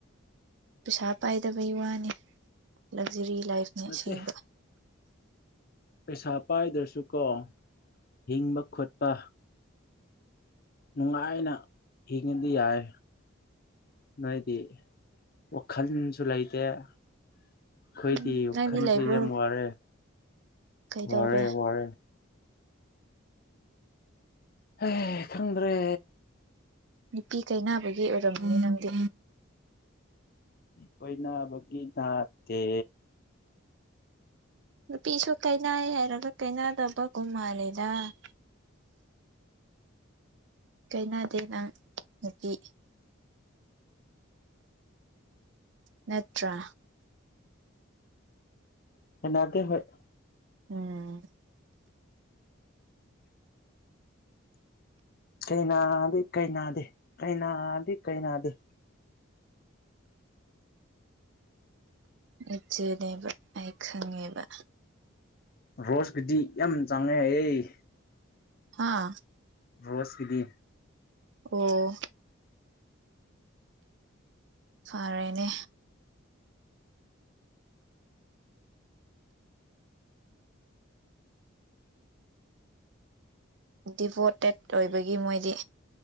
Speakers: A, on the right (about 60°); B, on the left (about 45°).
A: ꯄꯩꯁꯥ ꯄꯥꯏꯗꯕꯩ ꯋꯥꯅꯤ ꯂꯛꯖꯔꯤ ꯂꯥꯏꯐꯅꯤ
B: ꯅꯠꯇꯦ
A: ꯑꯁꯦꯡꯕ
B: ꯄꯩꯁꯥ ꯄꯥꯏꯗ꯭ꯔꯁꯨ ꯀꯣ ꯍꯤꯡꯕ ꯈꯣꯠꯄ ꯅꯨꯡꯉꯥꯏꯅ ꯍꯤꯡꯉꯕꯗꯤ ꯌꯥꯏ ꯅꯣꯏꯗꯤ ꯋꯥꯈꯜꯁꯨ ꯂꯩꯇꯦ ꯑꯩꯈꯣꯏꯗꯤ
A: ꯎꯝ
B: ꯋꯥꯈꯜꯁꯦ
A: ꯅꯪꯗꯤ ꯂꯩꯕ꯭ꯔꯣ
B: ꯌꯥꯝ ꯋꯥꯔꯦ
A: ꯀꯩꯗꯧꯔꯦ
B: ꯋꯥꯔꯦ ꯋꯥꯔꯦ ꯍ ꯈꯪꯗ꯭ꯔꯦ
A: ꯄꯄꯤ ꯀꯩꯅꯅꯕꯒꯤ ꯑꯣꯏꯔꯝꯝꯕꯅꯤ ꯅꯪꯗꯤ
B: ꯀꯣꯏꯅꯥ ꯒꯤ ꯊꯅꯥꯠꯇ
A: ꯅꯨꯄꯤꯁꯨ ꯀꯩꯅꯥꯏ ꯍꯥꯏꯔꯒ ꯀꯩꯅꯥꯗꯕꯒꯨꯝ ꯃꯥꯜꯂꯦꯗ ꯎꯝ ꯀꯩꯅꯗꯦ ꯅꯪ ꯅꯨꯄꯤ ꯅꯠꯇ꯭ꯔ
B: ꯍꯗꯤ ꯍꯣꯏ
A: ꯎꯝ
B: ꯀꯩꯅꯥꯗꯤ ꯀꯩꯅꯥꯗꯤ ꯀꯥꯏꯅꯥ ꯑꯗꯤ ꯀꯥꯏ ꯅꯅꯥ ꯑꯗꯦ
A: ꯏꯆꯦꯅꯦꯕ ꯑꯩ ꯈꯪꯉꯦꯕ
B: ꯔꯣꯁꯀꯨꯗꯤ ꯌꯥꯝ ꯆꯥꯡꯉꯩ ꯍꯥꯏꯌꯦꯦ
A: ꯑꯥ
B: ꯔꯣꯁꯀꯤꯗꯤ
A: ꯑꯣ ꯐꯔꯦꯅꯦ ꯗꯤꯕꯣꯇꯦꯠ ꯑꯣꯏꯕꯒꯤ ꯃꯣꯏꯗꯤ